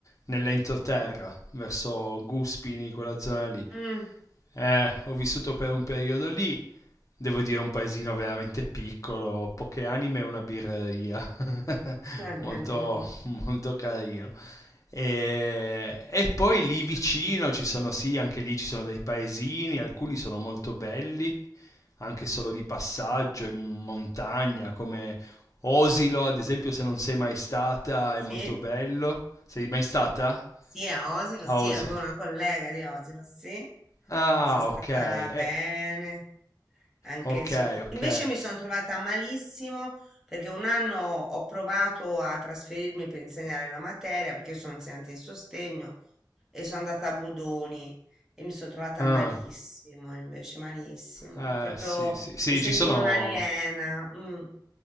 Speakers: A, on the left (about 45°); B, in the centre.
A: nell'entroterra, verso Guspini, quella zona lì.
B: Mm.
A: Eh, ho vissuto per un periodo lì, devo dire un paesino veramente piccolo, poche anime e una birreria, <laughs>
B: <laughs>
A: molto, molto carino. E, e poi lì vicino ci sono, sì, anche lì ci sono dei paesini, alcuni sono molto belli, anche solo di passaggio in montagna, come Osilo, ad esempio, se non sei mai stata,
B: Sì,
A: è molto bello. Sei mai stata
B: sì, a Osilo,
A: a
B: sì,
A: Osilo?
B: avevo una collega di Osilo, sì.
A: Ah,
B: Sono stata
A: ok, eh,
B: bene. anche
A: ok,
B: il suo.
A: ok.
B: Invece mi sono trovata malissimo perché un anno ho provato a trasferirmi per insegnare la materia, perché io sono insegnante di sostegno e sono andata a Budoni e mi sono trovata
A: Ah,
B: malissimo, invece malissimo,
A: eh,
B: proprio
A: sì, sì, sì,
B: mi sentivo
A: ci sono
B: un'aliena. mm.